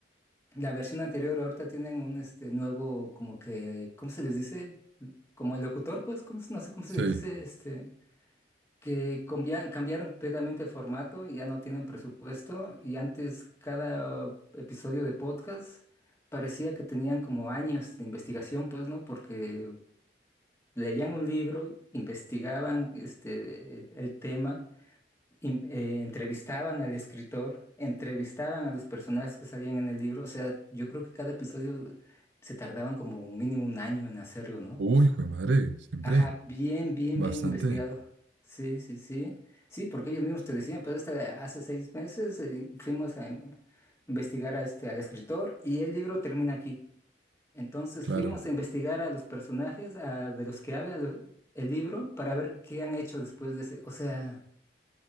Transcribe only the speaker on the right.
Sí.
Uy, hijo de madre, siempre.
Bastante,
claro.